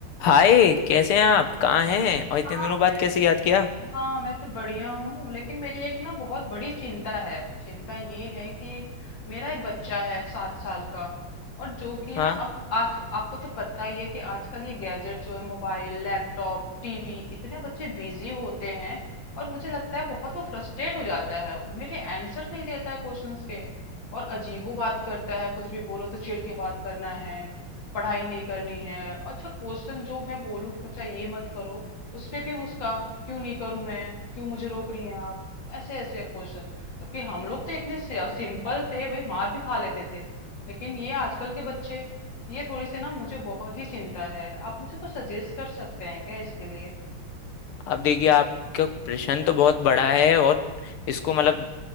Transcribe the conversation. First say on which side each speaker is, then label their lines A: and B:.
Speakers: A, on the left; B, on the left.
A: हाय कैसे हैं आप कहाँ हैं और इतने
B: हाँ
A: दिनों बाद
B: मैं
A: कैसे याद किया
B: हाँ मैं तो बढ़िया हूँ लेकिन मेरी एक ना बहुत बड़ी चिंता है चिंता ये है कि मेरा एक बच्चा है सात साल का और जो कि
A: हाँ
B: ना अब आज आपको तो पता ही है कि आजकल ये गैजेट जो है मोबाइल लैपटॉप टीवी इतने बच्चे बिजी होते हैं और मुझे लगता है बहुत वो फ्रस्ट्रेट हो जाता है मेरे आंसर नहीं देता है क्वेश्चंस के और अजीबो बात करता है कुछ भी बोलो तो चिढ़ के बात करना है पढ़ाई नहीं करनी है अच्छा क्वेश्चन जो मैं बोलूं कि बच्चा ये मत करो उसपे भी उसका क्यों नहीं करूं मैं क्यों मुझे रोक रही हैं आप ऐसे ऐसे क्वेश्चन जबकि हम लोग तो इतने सिंपल थे भाई मार भी खा लेते थे लेकिन ये आजकल के बच्चे ये थोड़ी सी ना मुझे बहुत ही चिंता है आप मुझे कुछ सजेस्ट कर सकते हैं क्या इसके लिए
A: अब देखिए आपका प्रश्न तो बहुत बड़ा है और इसको मतलब